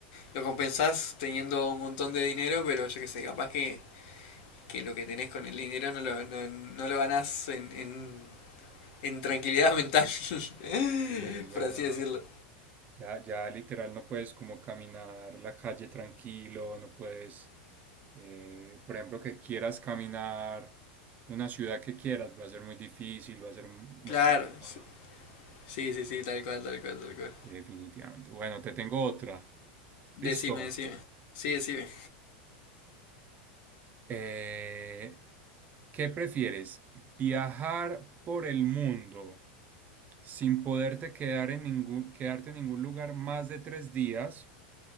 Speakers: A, on the left; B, on the right.
A: lo compensás teniendo un montón de dinero, pero yo qué sé, capaz que, que lo que tenés con el dinero no lo, no, no lo ganás en, en en tranquilidad mental, <laughs>
B: Y es verdad,
A: por así decirlo.
B: ya, ya literal no puedes como caminar la calle tranquilo, no puedes, eh, por ejemplo, que quieras caminar una ciudad que quieras, va a ser muy difícil, va a ser muy
A: Claro,
B: complicado,
A: sí, sí, sí, sí, tal cual, tal cual, tal cual.
B: definitivamente. Bueno, te tengo otra.
A: Decime,
B: Listo.
A: decime. Sí, decime.
B: Eh, ¿qué prefieres? ¿Viajar por el mundo sin poderte quedar en ningún, quedarte en ningún lugar más de tres días